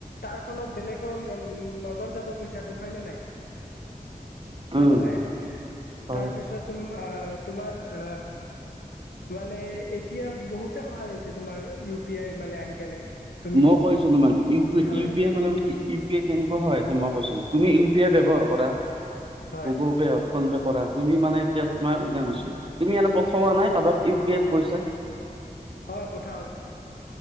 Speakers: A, on the left; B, on the right.
A: তাৰফলত, বেলেগৰ ন' নজৰ যা <unintelligible> হয় নে নাই? হয়
B: উম
A: নে নাই?
B: হয়
A: তাৰপিছত তোমাৰ অ'! মানে, এতিয়া বহুতে সহায় হৈছে তোমাৰ। ইউ পি আই মানে, আহি কেনে। তুমি
B: মই কৈছোঁ তোমাক! ই
A: হয়
B: ইউ পি আই মানে কি? ইউ পি আই কেনেকোৱা হয়। মই কৈছোঁ! তুমি ইউ পি আই ব্যৱহাৰ কৰা।
A: হয়
B: গুগল পে' হওঁক ফোন পে কৰা। তুমি মানে, এতিয়া তোমাৰ <unintelligible> তুমি প্ৰথম নাই কাৰোবাক ইউ পি আইত পইচা
A: হয়, পঠাওঁ।